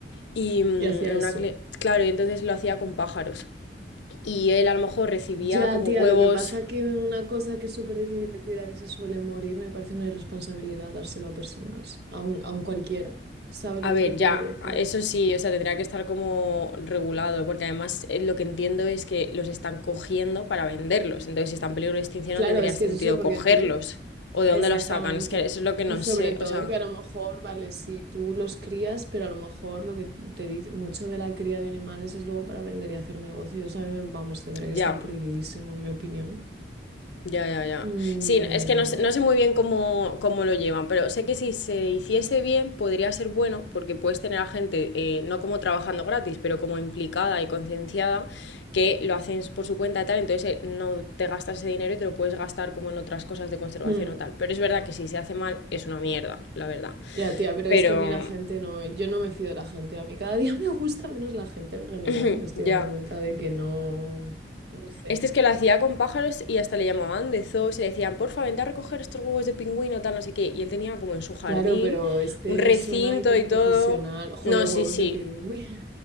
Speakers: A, on the left; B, on the right.
A: y mm,
B: y hacia
A: en
B: eso.
A: una cli- claro, y entonces lo hacía con pájaros. Y él a lo mejor recibía
B: Ya,
A: como
B: tía,
A: huevos
B: lo que pasa que una cosa que es súper difícil de cuidar y se suele morir, me parece una irresponsabilidad dárselo a personas, a un, a un cualquiera. ¿Sabes
A: A
B: lo
A: ver,
B: que te quiero
A: ya,
B: decir?
A: eso sí, o sea, tendría que estar como regulado, porque además eh, lo que entiendo es que los están cogiendo para venderlos, entonces si están en peligro de extinción
B: Claro,
A: no tendría
B: es
A: sentido
B: que es eso porque
A: cogerlos,
B: tú
A: o de
B: Exactamente.
A: dónde los sacan, es que eso es lo que
B: Y
A: no
B: sobre
A: sé,
B: todo
A: o sea,
B: que a lo mejor, vale, si tú los crías, pero a lo mejor lo que te dice mucho de la cría de animales es luego para vender y hacer negocios. A mí, me- vamos, tendría que estar
A: ya.
B: prohibidísimo, en mi opinión.
A: Ya, ya, ya.
B: Mm,
A: Sí, es que no, sé no sé muy bien cómo, cómo lo llevan, pero sé que si se hiciese bien podría ser bueno porque puedes tener a gente, eh, no como trabajando gratis, pero como implicada y concienciada, que lo hacen por su cuenta y tal, entonces eh, no te gastas ese dinero y te lo puedes gastar como en otras cosas de conservación
B: mm.
A: o tal. Pero es verdad que si se hace mal es una mierda, la verdad.
B: Ya, tía, pero
A: Pero
B: es que a mí la gente no, eh, yo no me fío de la gente. A mí cada día <laughs> me gusta menos la gente en general.
A: <clears throat>
B: Me estoy
A: <laughs> ya.
B: dando cuenta de que no, no sé.
A: Este es que lo hacía con pájaros y hasta le llamaban de zoo, se le decían, porfa, vente a recoger estos huevos de pingüino, tal, no sé qué. Y él tenía como en su jardín
B: Claro, pero este
A: un recinto
B: suena hiperprofesional.
A: y todo.
B: Joder,
A: No, sí,
B: huevos
A: sí.
B: de pingüino.